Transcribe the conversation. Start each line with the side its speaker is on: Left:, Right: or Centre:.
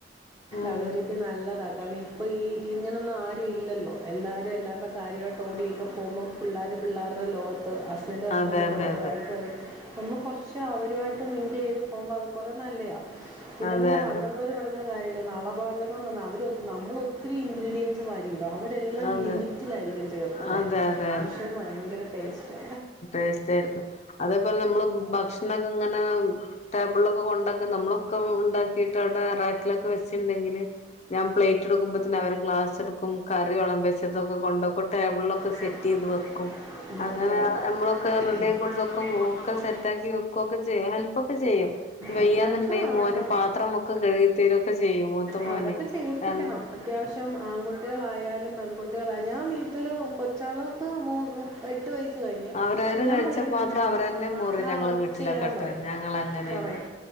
Left: ഉം
Right: അതൊരുതില് നല്ല താ കാരണം ഇപ്പ ഈ ഇങ്ങനൊന്നും ആരും ഇല്ലല്ലോ എല്ലാരും എല്ലാവരുടെ കാര്യവായിട്ട് ഓടിയൊക്കെ പോവുമ്പൊ പിള്ളേർ പിള്ളേരുടെ ലോകത്ത് ഹസ്ബൻഡ് ഹസ്ബന്റ്ന്റെ
Left: അതെ അതെ
Right: ലോകത്ത്
Left: അതെ
Right: വൈഫ് ഒന്ന് കൊറച്ച് <unintelligible> അവരുവായിട്ട് മിങ്കിളെയ്ത് പോവുമ്പളത് കൊറേ നല്ലയാ പിന്നെ
Left: അതെ
Right: പിന്നെ
Left: അതെ
Right: പണ്ടുള്ളോര് പറയുന്നൊരു കാര്യം പിന്നെ നളപാചകം എന്ന് പറ്ഞ്ഞാ അവര് ഒ നമ്മള ഒത്തിരി ഇൻഗ്രീഡിയൻറ്സ് വാ ഇണ്ടാവും അവരെല്ലാം
Left: അതെ
Right: ലിമിറ്റിലായിരിക്കും ചേർക്കുന്നെ
Left: അതെ അതെ
Right: പക്ഷേ ഭയങ്കര ടേസ്റ്റാ
Left: ടേസ്റ്റായിരിക്കും അതേപോലെ നമ്മള് ഭ ക്ഷണങ്ങനെ ടേബിള്ളൊക്കെ കൊണ്ടക്ക് നമ്മളൊക്കെ ഉണ്ടാക്കീട്ട് ആടെ റാക്കിലൊക്കെ വെച്ചിട്ടണ്ടേ ല് ഞാൻ പ്ലേറ്റ് എടുക്കുമ്പോത്തിന് അവര് ഗ്ലാസ് എടുക്കും കറി വളമ്പി വെച്ചതൊക്കെ കൊണ്ടോക്കും ടേബിളിലൊക്കെ
Right: ടേബിളിലൊക്കെ
Left: സെറ്റെയ്ത് വെക്കും
Right: സെറ്റ് ചെയ്തു
Left: അങ്ങനെ
Right: ഇല്ലേ അങ്ങനെ
Left: നമ്മളൊക്കെ റെഡിയാക്കി കൊടുത്തൊക്കെ
Right: കൊണ്ടൊക്കെ
Left: ഒക്കെ സെറ്റാക്കി വെക്കുവൊക്കെ ചെയ്യും ഹെല്പ്പൊക്കെ ചെ യ്യും വെയ്യാന്നുണ്ടേ
Right: അത്യാവശ്യം ആ-
Left: മോന
Right: ആ-
Left: പാത്രമൊക്കെ കഴുക്കിത്തരും ഒക്കെ ചെയ്യും മൂത്തമോനെ
Right: ആ, അതൊക്കെ ചെയ്യിപ്പിക്കണം
Left: ര
Right: അത്യാവശ്യം ആൺകുട്ടികളായാലും പെൺകുട്ട്യേളാ ഞാൻ വീട്ടില് കൊച്ചാൾക്ക് <unintelligible> കഴിഞ്ഞ്
Left: അവരാര്
Right: ഞാൻ
Left: കഴിച്ചപ്പാത്രം
Right: പറയും "ഉം,
Left: അവരെന്നെ മോറും
Right: ആ
Left: ഞങ്ങള് വീട്ടിലൊക്കട്ടെ
Right: ചെയ്യാൻ പറയും
Left: ഞങ്ങളങ്ങനേണ്
Right: പറയും